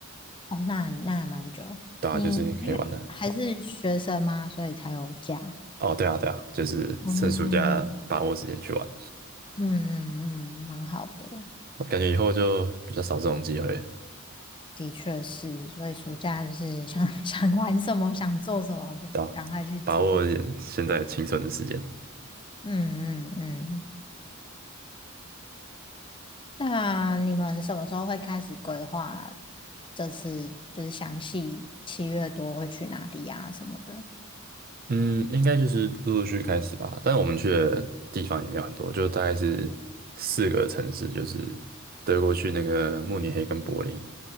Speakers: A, on the left; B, on the right.
A: 哦，那那还蛮久。
B: 大家就是可以玩的
A: 你你还是学生吗？所以才有假。
B: 哦，对啊，对啊，就是趁暑假把握时间去玩，
A: 嗯嗯嗯嗯，嗯蛮好的。
B: 感觉以后就比较少这种机会，
A: 的确是，所以暑假就是想 <laughs> 想玩什么，想做什么就赶快去做。
B: 对吧？把握一点现在青春的时间，
A: 嗯嗯嗯。那你们什么时候会开始规划？这次就是详细七月多会去哪里啊什么的？
B: 嗯，应该就是陆陆续续开始吧。但是我们去的地方也没有很多，就大概是四个城市，就是德国去那个慕尼黑跟柏林，